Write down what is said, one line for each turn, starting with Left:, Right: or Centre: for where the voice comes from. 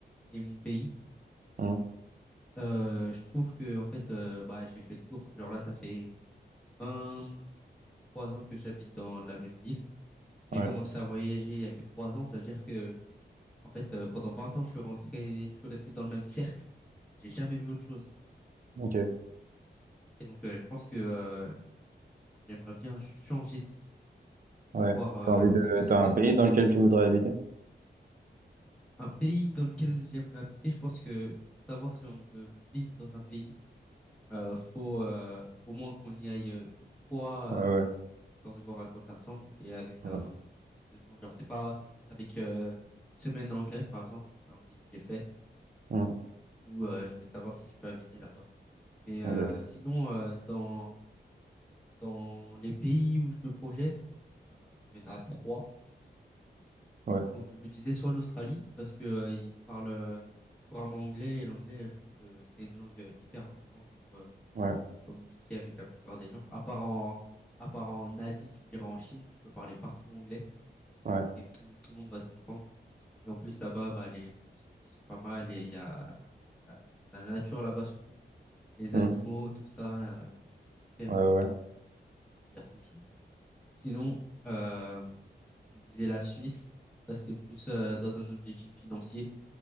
Centre: et mon pays,
Right: Hmm.
Centre: Euh, je trouve que en fait euh, bah j'ai fait le tour. Genre là ça fait vingt trois ans que j'habite dans la même ville. J'ai
Right: Ouais.
Centre: commencé à voyager il y a que 3 ans, ça veut dire que en fait euh, pendant 20 ans je suis rentré, je suis resté dans le même cercle. J'ai jamais vu autre chose.
Right: Ok.
Centre: Et donc euh, je pense que euh, j'aimerais bien changer de vie
Right: Ouais.
Centre: pour voir euh,
Right: T'as envie de...
Centre: ce que ça
Right: T'as
Centre: fait.
Right: un pays dans lequel tu voudrais habiter?
Centre: Un pays dans lequel j'aimerais habiter, je pense que pour savoir si on veut vivre dans un pays, euh, faut euh, au moins qu'on y aille euh, une fois
Right: Ouais, ouais.
Centre: histoire de voir à quoi ça ressemble et avec
Right: Ouais.
Centre: un de temps genre c'est pas avec euh, semaine en Grèce par exemple un pays que j'ai fait
Right: Hmm.
Centre: où euh, je vais savoir si je peux habiter là-bas mais
Right: Ok.
Centre: euh, sinon euh, dans dans les pays où je me projette euh, il y en a trois
Right: Ouais.
Centre: donc je me disais soit l'Australie parce que euh, ils parlent euh, couramment anglais et l'anglais je trouve que c'est une langue euh, hyper importante pour euh,
Right: Ouais.
Centre: pour communiquer avec la plupart des gens à part en à part en Asie tu me diras en Chine tu peux parler partout anglais
Right: Ouais.
Centre: et tout tout le monde va te comprendre Et en plus, là-bas, bah, les conditions de vie sont pas mal et il y a la, la nature là-bas surtout, les
Right: Hmm.
Centre: animaux, tout ça, euh, qui sont hyper
Right: Ouais,
Centre: euh,
Right: ouais.
Centre: diversifiés. Sinon, euh, je disais la Suisse, ça c'était plus euh, dans un objectif financier